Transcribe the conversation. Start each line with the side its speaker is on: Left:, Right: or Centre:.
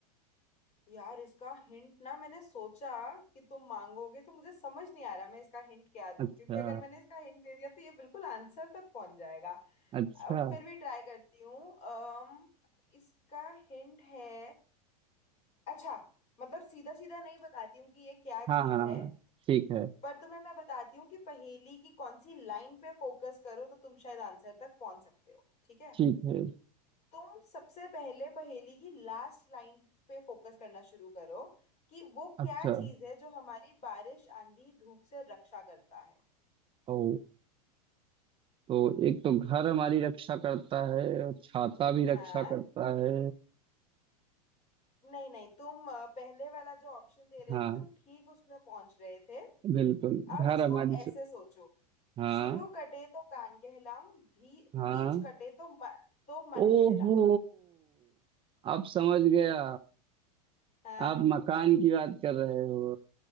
Left: यार इसका हिंट ना मैंने सोचा कि तुम मांगोगे तो मुझे समझ नहीं आ रहा मैं इसका हिंट क्या
Right: अच्छा
Left: दूं क्योंकि अगर मैंने इसका हिंट दे दिया तो ये बिल्कुल आंसर तक पहुंच जाएगा
Right: अच्छा
Left: अ, फिर भी ट्राई करती हूँ अम, इसका हिंट है अच्छा मतलब सीधा सीधा नहीं बताती हूँ कि ये क्या
Right: हाँ
Left: चीज़
Right: हाँ
Left: है
Right: ठीक है
Left: पर तुम्हें मैं बताती हूँ कि पहेली की कौन सी लाइन पे फोकस करो तो तुम शायद आंसर तक पहुंच सकते हो ठीक है
Right: ठीक है
Left: तुम सबसे पहले पहेली की लास्ट लाइन पे फोकस करना शुरू करो कि वो
Right: अच्छा
Left: क्या चीज है जो हमारी बारिश आंधी धूप से रक्षा करता है
Right: ओ तो एक तो घर हमारी रक्षा करता है और छाता भी रक्षा
Left: हाँ
Right: करता है
Left: नहीं नहीं तुम अ, पहले वाला जो ऑप्शन दे रहे
Right: हाँ
Left: थे तुम ठीक उसमें पहुंच रहे थे
Right: बिल्कुल
Left: अब
Right: घर
Left: इसको
Right: हमारी
Left: ऐसे
Right: स-
Left: सोचो
Right: हाँ
Left: शुरू कटे तो कान कहलाऊं भी
Right: हाँ
Left: बीच कटे तो म, तो मन
Right: ओहो
Left: कहलाऊं
Right: आप समझ गया
Left: हाँ
Right: आप मकान की बात कर रहे हो